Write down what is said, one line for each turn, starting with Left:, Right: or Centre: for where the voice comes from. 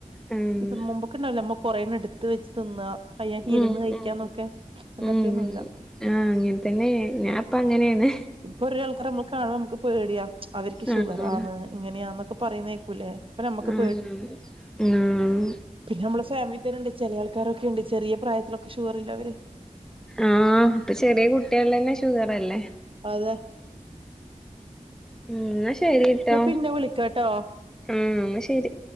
Centre: ഉം
Right: ഇപ്പ മുമ്പൊക്കെ ഇണ്ടാവില്ലേ അമ്മോ കൊറേണ്ണം ഇടുത്ത് വെച്ച് തിന്നാ. കയ്യാക്കി
Centre: ഉം
Right: ഇരുന്ന് കഴിക്കാന്നൊക്കെ.
Centre: ഉം
Right: അങ്ങത്തെ
Centre: ഉം
Right: ഒന്നുംല്ല.
Centre: ആഹ് അങ്ങനെ തന്നെ ഞാൻപ്പ അങ്ങനേണ്
Right: ഇപ്പോ ഒരാൾക്കാരെ നമ്മക്ക് കാണുമ്പോ നമ്മക്ക് പേട്യാ. അവര്ക്ക് ഷുഗറാണ്
Centre: ആഹ്
Right: ഇങ്ങനെയാന്നൊക്കെ പറയണ് കേക്കൂലേ? നമ്മക്ക്
Centre: ഉം ഉം ഉം
Right: പിന്നെമ്മള ഫാമിലി തന്നെണ്ട് ചെല ആൾക്കാരൊക്കെണ്ട്. ചെറിയ പ്രായത്തിലൊക്കെ ഷുഗർ ഇള്ളവര്
Centre: ആഹ് ഇപ്പ ചെറിയ കുട്ടികൾ ന്നെ ഷുഗറല്ലേ?
Right: അതെ
Centre: ഉം ന്നാ ശരിട്ടോ.
Right: ഞാൻ പിന്നെ വിളിക്കാട്ടോ
Centre: ഉം ന്നാ ശരി